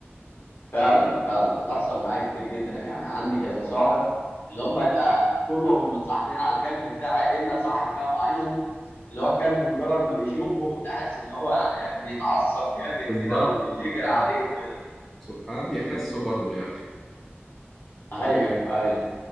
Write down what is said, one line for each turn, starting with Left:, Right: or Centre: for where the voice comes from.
Left: فعلا فعلا بتحصل معايا كتير جدا يعني عندي كذا صاحب اللي هم يبقى كلهم متصاحبين على الكلب بتاعي الا صاحب كده معين اللي هو الكلب مجرد ما بيشوفه تحس ان هو يعني إيه، بيتعصب جامد كده
Centre: بالظبط
Left: ويجري عليه
Centre: اه
Left: وكده
Centre: سبحان بيحسوا برضو يا اخي
Left: ايوه ايوه